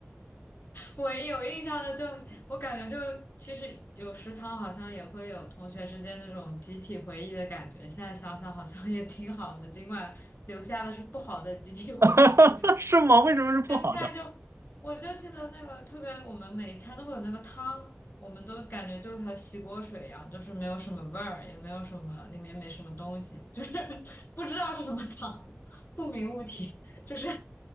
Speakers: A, on the left; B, on the right.
A: 我有印象的就，我感觉就其实有食堂好像也会有同学之间那种集体回忆的感觉。现在想想好像也挺好的，尽管留下的是不好的集体回忆，
B: <laughs>
A: 就是
B: 是吗？为什么是不好的？
A: 这菜就，我就记得那个特别，我们每一餐都会有那个汤，我们都感觉就和洗锅水一样，就是没有什么味儿，也没有什么，里面没什么东西，就是 <laughs> 不知道是什么汤，不明物体，就是